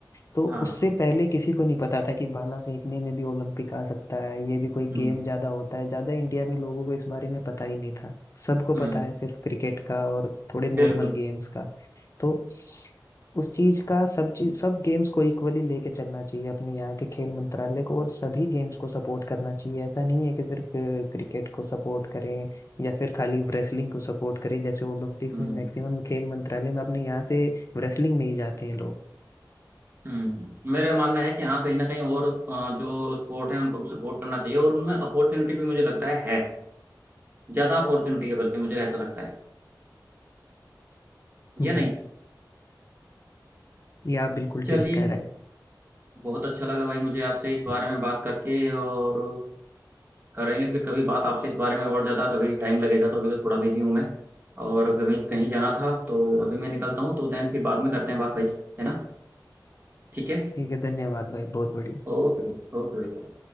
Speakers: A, on the left; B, on the right.
A: तो
B: हाँ
A: उससे
B: हाँ,
A: पहले किसी को नहीं पता था कि भाला फेंकने में भी ओलंपिक आ सकता है ये भी कोई
B: हम्म
A: गेम ज्यादा होता है ज्यादा इंडिया में लोगों को इस बारे में पता ही नहीं था सबको
B: हम्म
A: पता है सिर्फ क्रिकेट का और थोड़े नॉर्मल
B: बिल्कुल
A: गेम्स का तो उस चीज का सब चीज सब गेम्स को इक्वली लेके चलना चाहिए अपने यहाँ के खेल मंत्रालय को और सभी गेम्स को सपोर्ट करना चाहिए ऐसा नहीं है कि सिर्फ क्रिकेट को सपोर्ट करें या फिर खाली रेसलिंग को सपोर्ट करें जैसे ओलंपिक्स
B: हम्म
A: में मैक्सिमम खेल मंत्रालय में अपने यहाँ से रेसलिंग में ही जाते हैं लोग
B: हम्म मेरा मानना है कि हाँ कहीं ना कहीं और अ, जो स्पोर्ट है उनको भी सपोर्ट करना चाहिए और उनमें अपॉर्चुनिटी भी मुझे लगता है है ज्यादा अपॉर्चुनिटी है बल्कि मुझे ऐसा लगता है
A: हम्म
B: या नहीं
A: ये आप बिल्कुल
B: चलिए
A: ठीक कह रहे
B: बहुत अच्छा लगा भाई मुझे आपसे इस बारे
A: हैं
B: में बात करके और करेंगे फिर कभी बात आपसे इस बारे में और ज्यादा कभी टाइम लगेगा तो अभी तो थोड़ा बिजी हूँ मैं और कहीं कहीं जाना था तो अभी मैं निकलता हूँ तो देन फिर बाद में करते हैं बात भाई है ना ठीक है
A: ठीक है धन्यवाद भाई बहुत बढ़िया
B: ओके ओके भाई, bye।